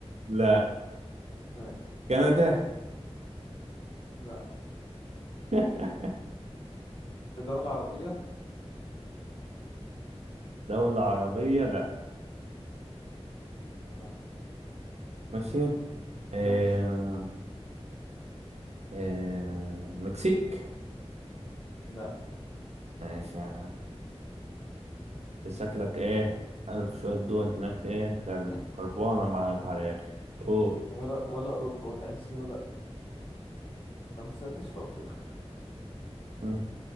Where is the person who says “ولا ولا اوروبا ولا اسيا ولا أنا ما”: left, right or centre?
Left